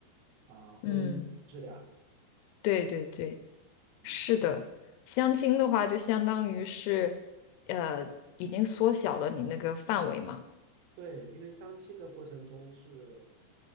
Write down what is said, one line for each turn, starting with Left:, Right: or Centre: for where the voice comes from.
Right: 啊、婚姻质量。
Left: 嗯，对对对，
Right: 嗯，
Left: 是的，相亲的话就相当于是，呃，已经缩小了你那个范围嘛。
Right: 对，因为相亲的过程中是。